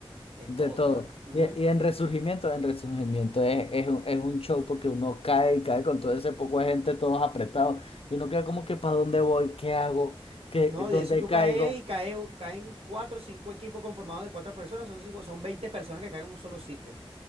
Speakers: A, on the right; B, on the left.
A: de
B: De
A: todo,
B: todo.
A: mano. Ujú.
B: Y, y en Resurgimiento, en Resurgimiento es, es, un, es un show porque uno cae y cae con todo ese poco de gente, todos apretados, y uno queda como que, ¿para dónde voy? ¿Qué hago? ¿Qué,
A: No, de
B: dónde
A: eso tú
B: caigo?
A: caes y cae, caen cuatro o cinco equipos conformados de cuatro personas, son cinco, son 20 personas que caen en un solo sitio.